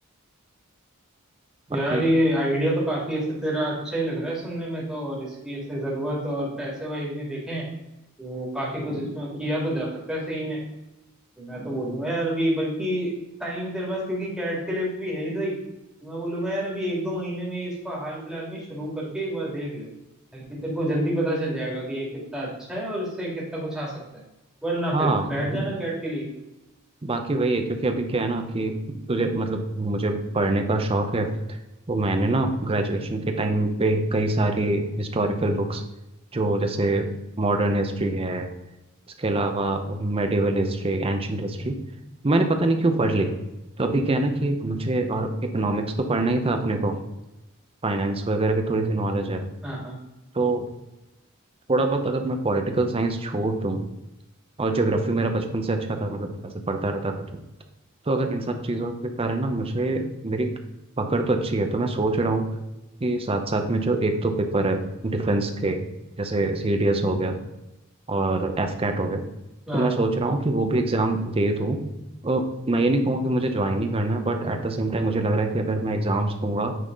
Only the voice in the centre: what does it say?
यार ये आइडिया तो काफी ऐसे तेरा अच्छा ही लग रहा है सुनने में तो और इसकी ऐसे जरूरत और पैसे वाइज भी देखें तो काफी कुछ इसमें किया तो जा सकता है सही में मैं तो बोलूंगा यार अभी बल्कि टाइम तेरे पास क्योंकि कैट के लिए भी है ही सही तो मैं बोलूंगा यार अभी एक दो महीने में ही इसको हाल फिलहाल में शुरू करके एक बार देख ले ताकि तेरे को जल्दी पता चल जाएगा कि ये कितना अच्छा है और इससे कितना कुछ आ सकता है वरना
फिर बैठ जाना कैट के लिए
हाँ हाँ
हाँ
हाँ।